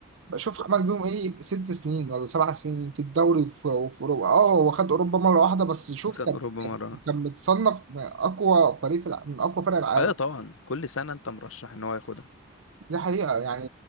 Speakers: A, on the right; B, on the left.
A: بشوف عمل بيهم ايه ست سنين ولا سبع سنين في الدوري وفي وفي اوروبا اه هو خد اوروبا مره واحده بس شوف
B: خد
A: كان
B: اوروبا
A: كان
B: مره
A: كان متصنف اقوى فريق في الع- من اقوى فرق العالم
B: ايوه طبعا كل سنه انت مرشح ان هو ياخدها
A: دي حقيقه يعني